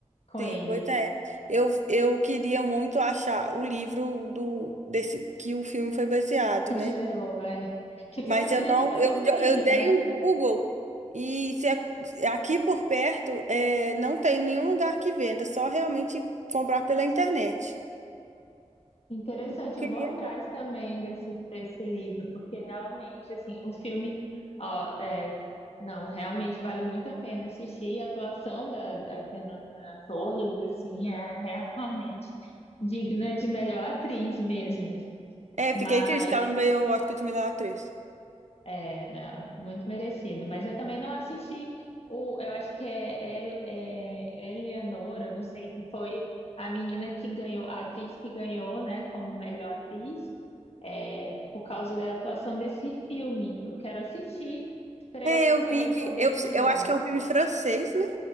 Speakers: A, on the left; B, on the right.
A: com
B: Sim,
A: ele.
B: pois é. Eu, eu queria muito achar o livro do desse que o filme foi baseado,
A: Que
B: né?
A: gerou, é. Que
B: Mas
A: foi escrito
B: eu não,
A: pelo
B: eu, jo-
A: filho,
B: eu dei
A: né?
B: um Google e se a- se aqui por perto é, não tem nenhum lugar que venda, só realmente comprar pela internet.
A: Interessante,
B: Eu queria.
A: eu vou atrás também desse, desse livro, porque realmente, assim, o filme, ó, é, não, realmente vale muito a pena assistir. A atuação da, da Fernanda Torres, assim, é <laughs> realmente digna de melhor atriz mesmo.
B: É,
A: Mas
B: fiquei triste que ela não ganhou o Oscar de melhor atriz.
A: é, não, muito merecido. Mas eu também não assisti o. Eu acho que é, El- é Eleanora, não sei, que foi a menina que ganhou, a atriz que ganhou, né, como melhor atriz, é, por causa da atuação desse filme. Eu quero assistir para
B: É,
A: eu
B: eu
A: também
B: vi que.
A: poder
B: Eu,
A: julgar.
B: eu acho que é um filme francês, né?